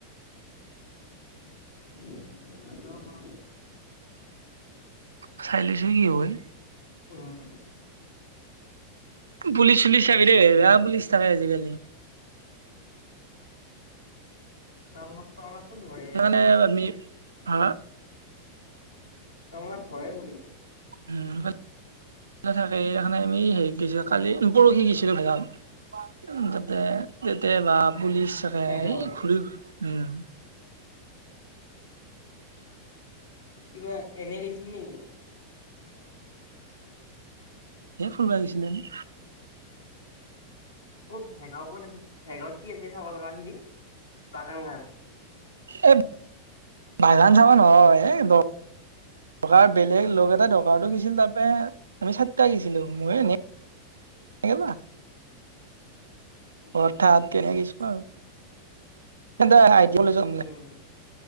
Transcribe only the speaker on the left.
<unintelligible>
উম।
টংলা টংলাতো ধৰে।
টংলাত ধৰেই পুলিছে।
ভেগাঁও।
কিবা এনে গৈছিলি নেকি?
ক'ত ভেৰগাঁৱত ক'ত আছে ভেৰগাঁৱত কি আছে চাব লগা খিনি বাগান খান।
উম
উম